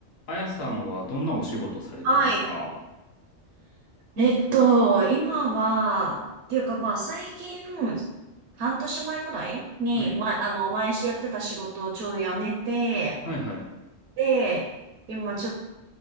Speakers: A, on the left (about 55°); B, on the right (about 65°).
A: あやさんはどんなお仕事されてますか
B: はい。えっと、今は、っていうかまあ最近、半年前ぐらいに、
A: はい。
B: まあ、の、前やってた仕事をちょうど辞めて、
A: はいはい。
B: で、今ちょっと、